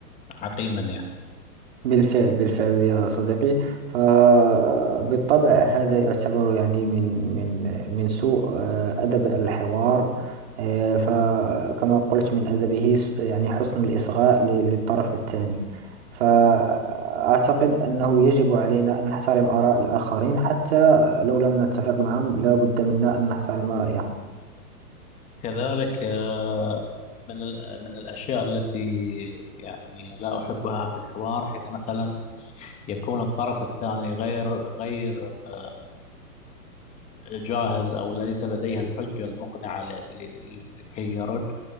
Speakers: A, on the left; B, on the right.
A: عقيما يعني
B: بالفعل بالفعل يا صديقي فبالطبع هذا يعتبر يعني من من من سوء آه، أدب الحوار آه، فكما قلت من أدبه س- يعني حسن الإصغاء ل- للطرف الثاني فأعتقد أنه يجب علينا أن نحترم آراء الآخرين حتى لو لم نتفق معهم لا بد منا أن نحترم رأيهم
A: كذلك آه، من ال- من الأشياء التي يعني لا أحبها في الحوار حين مثلا يكون الطرف الثاني غير غير آه، جاهز أو ليس لديه الحجة المقنعة ل- ل- لكي يرد